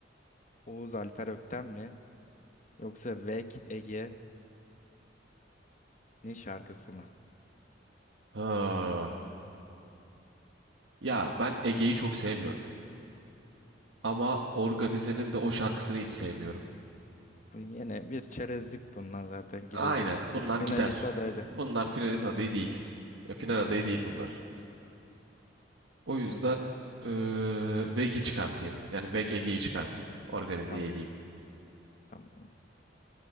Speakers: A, on the left (about 40°); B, on the right (about 75°).
A: Oğuz Alper Ökten mi? Yoksa Vek Ege'nin şarkısı mı?
B: Ha. Ya ben Ege'yi çok sevmiyorum. Ama Organize'nin de o şarkısını hiç sevmiyorum.
A: Bu yine bir çerezlik bunlar zaten gidecek.
B: Aynen bunlar
A: Bir finalist
B: gider.
A: adaydı.
B: Bunlar finalist adayı değil. E, final adayı
A: Tamam.
B: değil bunlar. O yüzden eee Veg'i çıkartayım. Yani Veg Ege'yi çıkartayım. Organize'yi
A: Tamam.
B: eleyeyim.
A: Tamam.